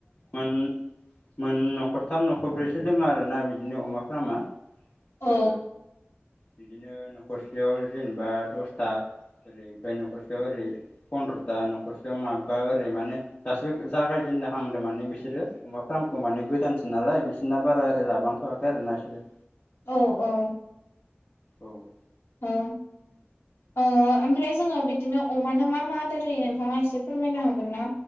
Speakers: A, on the left; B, on the left.
A: मोन मोन न'खरथाम न'खरब्रैसो दङ आरो ना बि बिदिनो अमाफ्रा मा
B: औ
A: ओ बिदिनो न'खरसेयाव जेने बा दसथा ओरै ओमफ्राय न'खरसेयाव ओरै फन्द्र' था न'खरसेयाव माबबा ओरै माने दासो जागायजेन हांदों माने बिसोरो अमा फार्मखौ माने गोदान नालाय बिसोरना बारा ओरै लाबांथ'वाखै आरो ना इसोरो ।
B: औ औ
A: औ
B: औ ओ ओमफ्राय जोङो बिदिनो अमानो मा मा आदार होयो नोंथाङा एसे फोरमायनो हागोन ना